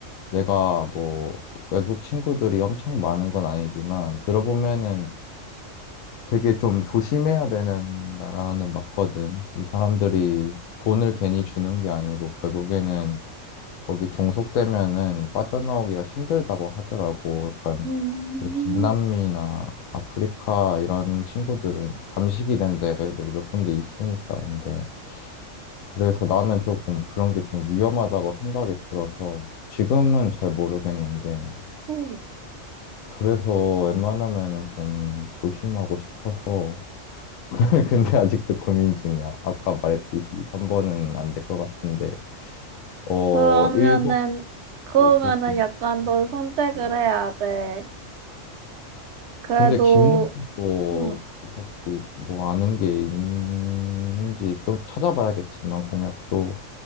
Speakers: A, on the left; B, on the right.
A: 내가 뭐 외국 친구들이 엄청 많은 건 아니지만 들어보면은 되게 좀 조심해야 되는 나라는 맞거든. 이 사람들이 돈을 괜히 주는 게 아니고 결국에는 거기 종속되면은 빠져나오기가 힘들다고 하더라고. 약간
B: 음,
A: 뭐 중남미나 아프리카 이런 친구들은 잠식이 된 데가 몇 군데 있으니까 근데 그래서 나는 조금 그런 게 좀 위험하다고 생각이 들어서 지금은 잘 모르겠는데
B: 음.
A: 그래서 웬만하면은 좀 조심하고 싶어서 <laughs> 근데 아직도 고민 중이야. 아까 말했듯이 3번은 안 될 것 같은데, 어,
B: 그러면은,
A: 1번도
B: 그러면은
A: 조금
B: 약간
A: 궁금할
B: 넌 선택을
A: 것 같고.
B: 해야 돼. 그래도,
A: 근데 김문수도
B: 음,
A: 딱히 뭐 아는 게 있는지 좀 찾아봐야겠지만, 공약도